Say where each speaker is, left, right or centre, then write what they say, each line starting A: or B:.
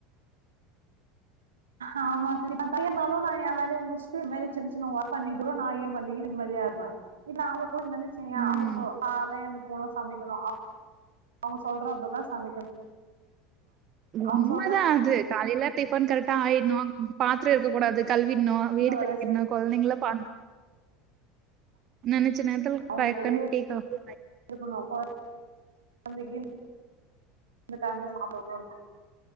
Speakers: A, on the right (about 75°); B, on the right (about 40°).
A: ஆமா <unintelligible> இருந்தாலு நா ஏ வேலயறய முடிச்சுட்டு சின்ன சின்ன பண்ணிட்டு நா ஏ பண்ணிகினு நிம்மதியா இருப்பே இல்ல அவுங்க கூட இருந்து வெச்சியா
B: ம்
A: அவுங்க சோ கால்ல எழுந்துக்கனு சமைக்கணு அவுங்க சொல்றததா சமைக்கணு அவங்க
B: உண்மதா
A: சொல்றப்ப
B: அது காலையில டிஃபன் கரெக்டா ஆயிடணு பாத்திரோ இருக்கக்கூடாது கழுவிடனு வீடு
A: இந்த வேலைய
B: பெருக்கிட்னு
A: செய்யணு
B: கொழந்தைங்கள பாத் நெனைச்ச நேரத்தில
A: அவங்க கூடயே
B: <unintelligible> டீ காஃபி
A: இருக்கணு அப்பதா கொழந்தைக்கு இந்த டைம்ல சாப்ட கூட <inaudible>